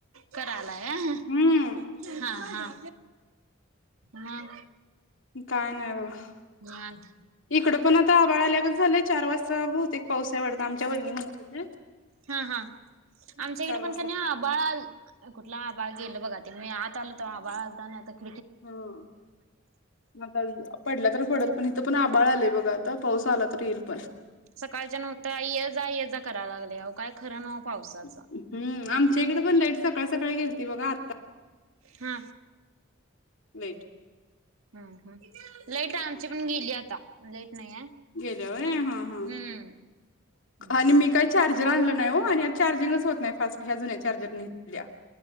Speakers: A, on the right (about 80°); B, on the left (about 65°).
A: करायला आहे
B: हम्म
A: हां हां मग
B: काय नाही बाबा
A: निवांत
B: इकडं पण आता आभाळ आल्यागत झालंय चार वाजता बहुतेक पाऊस आहे वाटतं आमच्या वहिनी म्हणत होत्या
A: हा हा आमच्याकडे
B: चार
A: पण
B: वाजता
A: का नाही आभाळ कुठला आभाळ गेल बघा ते मी आत आल तर आ <inaudible>
B: ह मग आता पडला तर पडल पण इथ पण आभाळ आलेय बघा आता पाऊस आला तर येईल पण.
A: सकाळच्या नव्हतं ये जा य जा कराला लागले काय खरं नव्ह पावसाचं
B: हम्म आमच्या इकडे पण लाईट सकाळ सकाळी गेल ते बघा आता
A: हा
B: लेट
A: हम् हम लाईट आमची पण गेली आता लाईट. नाही आहे
B: गेल्यावर हा हा
A: हम्म हम्म हम्म
B: आणि मी काय चार्ज चार्जर आणलं नाही हो आणि नाही आणि चार्जिंगच होत नाही फास्ट ह्या जुन्या चार्जर नल्या